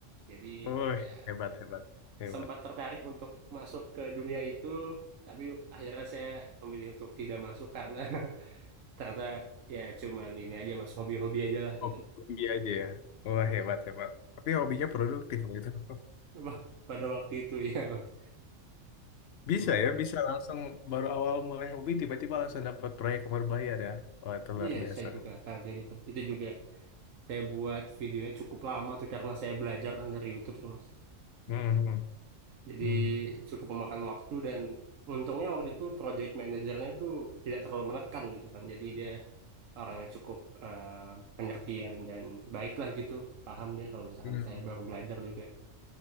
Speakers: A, on the right (about 85°); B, on the left (about 65°).
A: Jadi
B: Woi,
A: ya
B: hebat, hebat, hebat.
A: sempat tertarik untuk masuk ke dunia itu, tapi akhirnya saya memilih untuk tidak masuk karena <laughs> ternyata ya cuman ini aja mas hobi-hobi aja lah
B: Hobi
A: gitu.
B: hobi aja ya. Wah,
A: Mm-mm.
B: hebat, hebat. Tapi hobinya produktif loh itu. <laughs>
A: Wah, Pada waktu itu ya. Mas.
B: Bisa
A: Mm-mm.
B: ya, bisa langsung baru awal mulai hobi tiba-tiba langsung dapat proyek yang berbayar ya. Wah, itu luar
A: Iya,
B: biasa.
A: saya juga kaget itu. Itu juga saya buat videonya cukup lama tuh karena saya belajar kan dari YouTube tuh, Mas.
B: Hmm.
A: Jadi
B: Hmm.
A: cukup memakan waktu dan untungnya waktu itu project manajernya tuh tidak terlalu menekan gitu kan. Jadi dia orangnya cukup eh, pengertian dan baik lah gitu. Paham dia kalau misalkan
B: Hmm.
A: saya baru belajar juga.